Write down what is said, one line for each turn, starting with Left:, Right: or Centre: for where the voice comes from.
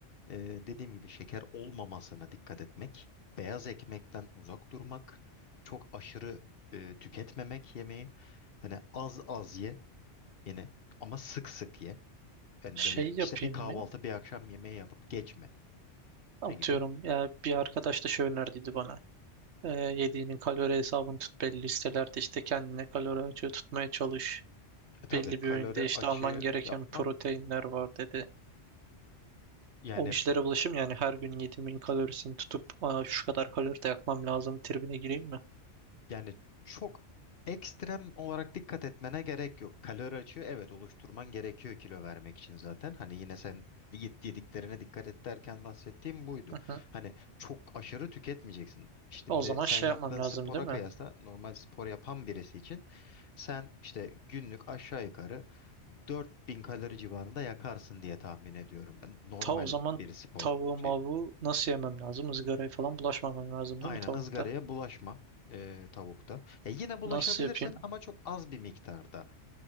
Left: e, dediğim gibi şeker olmamasına dikkat etmek. Beyaz ekmekten uzak durmak. Çok aşırı e, tüketmemek yemeği. Hani az az ye. Yine ama sık sık ye. Yani
Right: Şey
Left: böyle
Right: yapayım
Left: işte bir kahvaltı
Right: mı?
Left: bir akşam yemeği yapıp geçme.
Right: Atıyorum
Left: Ne gibi?
Right: ya bir arkadaş da şey önerdiydi bana. Ee, yediğinin kalori hesabını tut belli listelerde işte kendine kalori açığı tutmaya çalış.
Left: E tabii
Right: Belli bir
Left: kalori
Right: öğünde işte
Left: açığı
Right: alman gereken
Left: yapman
Right: proteinler var dedi.
Left: yani
Right: O işlere
Left: bu
Right: bulaşım yani her gün yediğimin kalorisini tutup Aa, şu kadar kalori de yakmam lazım tribine gireyim mi?
Left: yani çok ekstrem olarak dikkat etmene gerek yok. Kalori açığı evet oluşturman gerekiyor kilo vermek için zaten. Hani yine sen yed- yediklerine dikkat et derken bahsettiğim buydu.
Right: Hı hı.
Left: Hani çok aşırı tüketmeyeceksin. İşte
Right: O
Left: Şimdi
Right: zaman
Left: sen
Right: şey
Left: yaptığın
Right: yapmam lazım
Left: spora
Right: değil
Left: Anladım.
Right: mi?
Left: kıyasla normal spor yapan birisi için Sen işte günlük aşağı yukarı 4000 kalori civarında yakarsın diye tahmin ediyorum. Ben normal
Right: Ta o zaman
Left: bir spor
Right: tavuğu
Left: şey.
Right: mavuğu nasıl yemem lazım? Izgaraya falan bulaşmamam lazım
Left: Aynen
Right: değil mi tavukta?
Left: ızgaraya bulaşma e, tavukta. Ya yine bulaşabilirsin
Right: Nasıl yapayım?
Left: ama çok az bir miktarda.